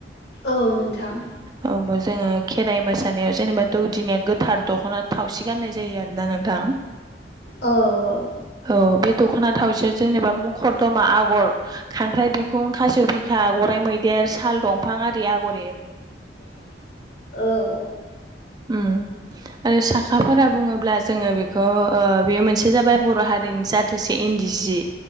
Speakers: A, on the left; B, on the right.
A: औ नोंथां।
B: औ जोङो खेराइ मोसानायाव जेनेबा दौदिनिया गोथार दख'ना थावसि गाननाय जायो आरोना नोंथां।
A: औ औ
B: औ बे दख'ना थावसियाव जेनेबा मुखर दमा आगर खांख्राइ बिखुं खासेव बिखा ग'राइ मैदेर साल दंफां आरि आर एर
A: <inaudible> औ।
B: ओम। आरो साखाफोरा बुङोब्ला जोङो बेखौ ओ बेयो मोनसे जाबाय बर' हारिनि जााथोसे इन्दि जि